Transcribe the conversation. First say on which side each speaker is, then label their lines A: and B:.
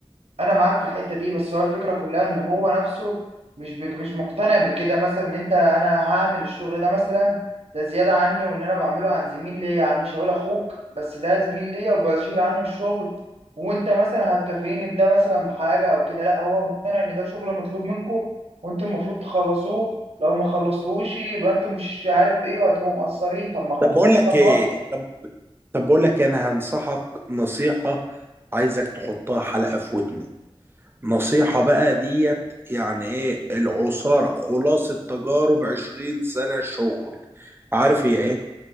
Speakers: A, on the right; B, on the right.
A: انا معاك في الحته دي بس هو الفكره كلها ان هو نفسه مش ب- مش مقتنع بكده مثلا ان انت انا هعمل الشغل ده مثلا ده زياده عني وان انا بعمله عن زميل ليا يعني مش هقول اخوك بس ده زميل ليا وبشيل عنه الشغل وانت مثلا هتكافئني بده مثلا بحاجه او كده لا هو مقتنع ان ده شغل مطلوب منكم وانتوا المفروض تخلصوه لو ما خلصتوهوش يبقى انتوا مش عارف ايه وهتبقوا مقصرين طب ما اخوك
B: طب بقول
A: هو اللي
B: لك
A: كان
B: ايه
A: مقصر
B: طب طب بقول لك إيه، انا هنصحك نصيحة عايزك تحطها حلقة في ودنك نصيحة بقى ديت يعني ايه العصارة خلاصة تجارب عشرين سنة شغل عارف هي ايه